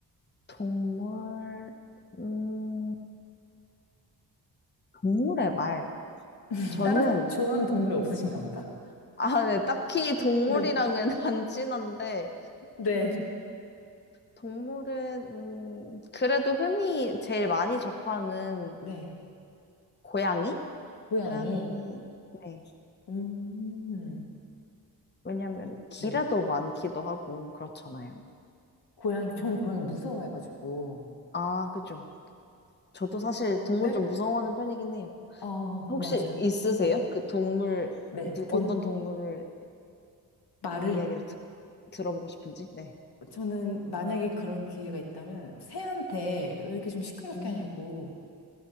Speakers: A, on the left (about 25°); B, on the left (about 80°).
A: 동물, 음, 동물의 말.
B: <laughs>
A: 저는,
B: 따로 좋아하는 동물이 없으신가 보다.
A: 아, 네, 딱히 동물이랑은
B: 네.
A: <laughs> 안 친한데,
B: 네.
A: 동물은, 음, 그래도 흔히 제일 많이 접하는
B: 네.
A: 고양이?
B: 고양이.
A: 고양이, 네.
B: 음,
A: 왜냐면, 길에도
B: 네.
A: 많기도 하고, 그렇잖아요.
B: 고양이, 저는 고양이 무서워해가지고.
A: 아, 그죠. 저도 사실 동물
B: 네?
A: 좀 무서워하는 편이긴 해요.
B: 어,
A: 혹시
B: 맞아요.
A: 있으세요?
B: 네.
A: 그 동물,
B: 네,
A: 누,
B: 동,
A: 어떤 동물의
B: 말을.
A: 이야기를 듣, 들어보고 싶은지? 네.
B: 저는 만약에 그런 기회가 있다면 새한테 왜 이렇게 좀 시끄럽게
A: 음.
B: 하냐고